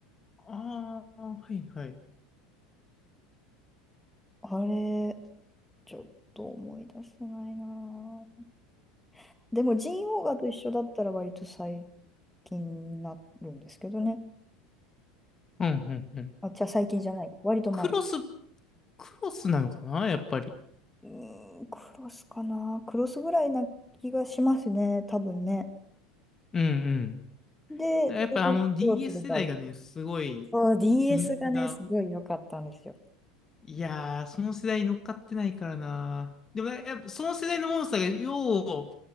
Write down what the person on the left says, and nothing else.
ああ、はいはい。
うんうんうん。
クロス、クロスなのかなやっぱり。
うんうん。
やっぱあの DS
世代がね、すごい
人気が。
いやー、その世代に乗っかってないからな。でもやっぱその世代のモンスターがよう